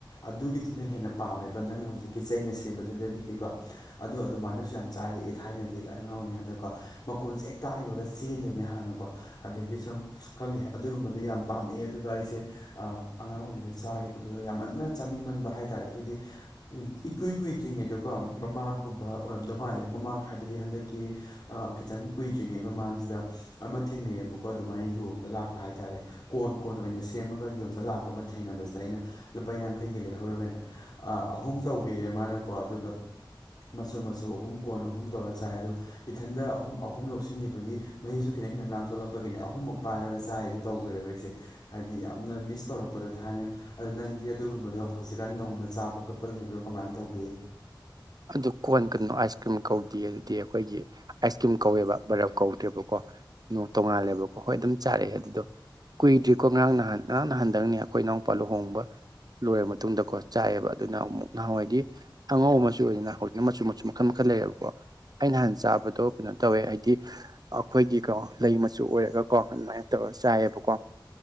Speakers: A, on the left; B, on the right.
A: ꯑꯗꯨꯒꯤꯗꯨꯅ ꯍꯦꯟꯅ ꯄꯥꯝꯃꯦꯕ ꯅꯪꯅ ꯍꯧꯖꯤꯛꯀꯤ ꯆꯩꯅ ꯁꯦꯝꯕ ꯑꯗꯨꯗꯒꯤꯗꯤꯀꯣ ꯑꯗꯨ ꯑꯗꯨꯃꯥꯏꯅꯁꯨ ꯌꯥꯝ ꯆꯥꯔꯛꯑꯦ ꯊꯥꯏꯅꯗꯤ ꯑꯩ ꯑꯉꯥꯡ ꯑꯣꯏꯔꯤꯉꯩꯗꯀꯣ ꯃꯈꯣꯟꯁꯦ ꯍꯦꯛ ꯇꯥꯈꯤꯕꯒ ꯆꯦꯟꯗꯣꯏꯅꯦ ꯍꯥꯟꯅꯀꯣ ꯑꯗꯒꯤ ꯁꯨꯝ ꯈꯪꯗꯦ ꯑꯗꯨꯒꯨꯝꯕꯗꯣ ꯌꯥꯝ ꯄꯥꯝꯃꯛꯑꯦ ꯑꯗꯨꯒ ꯑꯩꯁꯦ ꯑꯉꯥꯡ ꯑꯣꯏꯔꯤ ꯆꯥꯒꯤꯕꯗꯣ ꯌꯥꯝꯃꯟꯗ ꯆꯥꯅꯤꯡꯃꯟꯕ ꯍꯥꯏꯇꯥꯔꯦ ꯑꯗꯨꯒꯤ ꯏ ꯏꯀꯨꯏ ꯀꯨꯏ ꯇ꯭ꯔꯤꯉꯩꯗꯀꯣ ꯃꯃꯥꯡꯒꯨꯝꯕ ꯑꯣꯏꯔꯝꯗꯧ ꯃꯥꯜꯂꯦ ꯃꯃꯥꯡ ꯍꯥꯏꯕꯗꯤ ꯍꯟꯗꯛꯀꯤ ꯑꯥ ꯈꯤꯇꯪ ꯀꯨꯏꯗ꯭ꯔꯤꯉꯩ ꯃꯃꯥꯡꯖꯤꯗ ꯑꯃ ꯊꯦꯡꯅꯩꯑꯕꯀꯣ ꯑꯗꯨꯃꯥꯏꯅ ꯌꯣꯟꯕ ꯂꯥꯛꯄ ꯍꯥꯏꯇꯥꯥꯔꯦ ꯀꯣꯟ ꯀꯣꯟ ꯑꯣꯏꯅ ꯁꯦꯝꯃꯒ ꯌꯣꯟꯕ ꯂꯥꯛꯄ ꯑꯃ ꯊꯦꯡꯅꯕꯖꯤꯗ ꯑꯩꯅ ꯂꯨꯄꯥ ꯌꯥꯡꯈꯩꯒꯤ ꯂꯩꯍꯧꯔꯒꯅꯦ ꯑꯥ ꯑꯍꯨꯝ ꯇꯧꯕꯤꯔꯛꯑꯦ ꯃꯥꯅꯀꯣ ꯑꯗꯨꯒ ꯃꯆꯨ ꯃꯆꯨ ꯑꯍꯨꯝ ꯀꯣꯟ ꯑꯍꯨꯝ ꯇꯧꯔ ꯆꯥꯏ ꯑꯗꯨ ꯏꯊꯟꯗ ꯑꯍꯨꯝ ꯑꯍꯨꯝ ꯂꯧꯁꯤꯟꯒꯤꯕꯒꯤ ꯃꯍꯤꯁꯨ ꯈꯤꯇꯪ ꯈꯤꯇꯪ ꯂꯥꯡꯊꯣꯛꯂꯛꯄꯒꯤꯅꯦ ꯑꯍꯨꯝꯃꯛ ꯄꯥꯏꯔꯒ ꯆꯥꯏ ꯏꯕꯦꯝ ꯇꯧꯒ꯭ꯔꯦꯕ ꯑꯩꯁꯦ ꯍꯥꯏꯗꯤ ꯌꯥꯝꯅ ꯃꯤꯁ ꯇꯧꯔꯛꯄꯗ ꯊꯥꯏꯅ ꯑꯗꯣ ꯅꯪꯗꯤ ꯑꯗꯨꯒꯨꯝꯕꯗꯣ ꯍꯧꯖꯤꯛꯀꯥꯟ ꯅꯧꯅ ꯆꯥꯕ ꯈꯣꯠꯄ ꯂꯩꯕ꯭ꯔꯣ ꯀꯃꯥꯏ ꯇꯧꯒꯦ
B: ꯑꯗꯨ ꯀꯣꯟ ꯀꯅꯣ ꯑꯥꯏꯁ ꯀ꯭ꯔꯤꯝ ꯀꯧꯗꯤꯌꯦ ꯑꯗꯨꯗꯤ ꯑꯩꯈꯣꯏꯒꯤ ꯑꯥꯏꯁ ꯀꯤꯝ ꯀꯧꯋꯦꯕ ꯕꯔꯞ ꯀꯧꯗ꯭ꯔꯦꯕꯀꯣ ꯅꯨ ꯇꯣꯡꯉꯥꯜꯂꯦꯕꯀꯣ ꯍꯣꯏ ꯑꯗꯨꯝ ꯆꯥꯔꯛꯑꯦ ꯑꯗꯨꯗꯣ ꯀꯨꯏꯗ꯭ꯔꯤꯀꯣ ꯉꯔꯥꯡ ꯅꯍꯥꯟ ꯉꯔꯥꯡ ꯅꯍꯥꯟꯗꯪꯅꯦ ꯑꯈꯣꯏ ꯏꯅꯥꯎꯄꯥ ꯂꯨꯍꯣꯡꯕ ꯂꯣꯏꯔꯕ ꯃꯇꯨꯡꯗꯀꯣ ꯆꯥꯛꯑꯦꯕ ꯑꯗꯨꯅ ꯑꯃꯨꯛ ꯅꯍꯥꯟꯋꯥꯏꯗꯤ ꯑꯉꯧ ꯃꯆꯨ ꯇꯨ ꯑꯣꯏꯗꯅ ꯍꯧꯖꯤꯛꯅ ꯃꯆꯨ ꯃꯆꯨ ꯃꯈꯜ ꯃꯈꯜ ꯂꯩꯌꯦꯕꯀꯣ ꯑꯩꯅ ꯍꯥꯟ ꯆꯥꯕꯗꯣ ꯀꯩꯅꯣ ꯇꯧꯋꯦ ꯍꯥꯏꯗꯤ ꯑꯈꯣꯏꯒꯤ ꯀꯣ ꯂꯩ ꯃꯆꯨ ꯑꯣꯏꯔꯒ ꯀꯣ ꯑꯗꯨꯃꯥꯏꯅ ꯇꯧꯔ ꯆꯥꯏꯌꯦꯕꯀꯣ